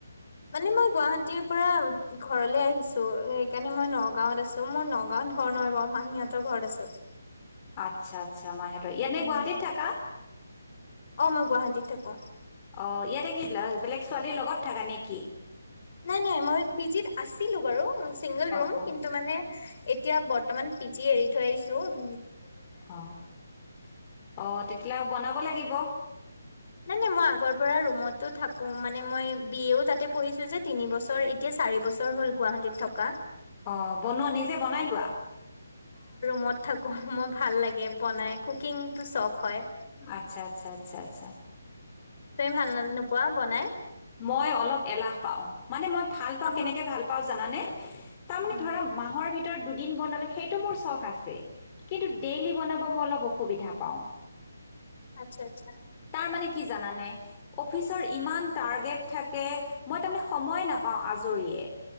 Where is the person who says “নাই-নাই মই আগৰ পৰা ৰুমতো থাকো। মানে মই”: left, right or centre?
Left